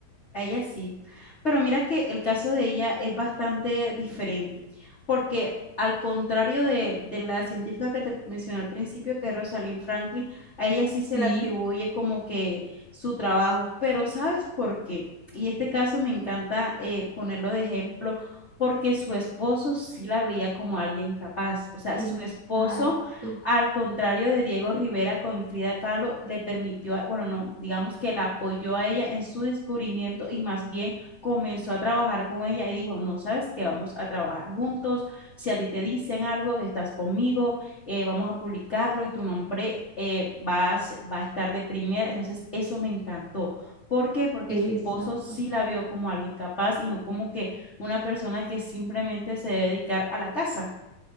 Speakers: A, on the left; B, on the right.
A: A ella sí. Pero mira que el caso de ella es bastante diferente, porque al contrario de, de la científica que te mencioné al principio, que es Rosalind Franklin, a ella sí se
B: Sí,
A: le atribuye como que su trabajo. Pero ¿sabes por qué? Y este caso me encanta eh, ponerlo de ejemplo, porque su esposo sí la veía como alguien capaz. O sea,
B: exacto,
A: su esposo al contrario de Diego Rivera con Frida Kahlo, le permitió, bueno, no, digamos que la apoyó a ella en su descubrimiento y más bien comenzó a trabajar con ella y dijo, no, sabes que vamos a trabajar juntos, si a ti te dicen algo, estás conmigo, eh, vamos a publicarlo y tu nombre eh, vas, va a estar de primera. Entonces, eso me encantó. ¿Por qué? Porque
B: exacto.
A: su esposo sí la vio como alguien capaz y no como que una persona que simplemente se debe dedicar a la casa.